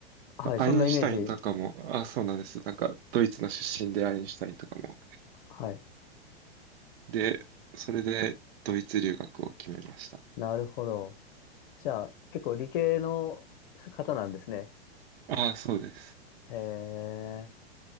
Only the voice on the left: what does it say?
はい。
そんなイメージ。
はい。
なるほど。じゃあ、結構理系の方なんですね。
へえ。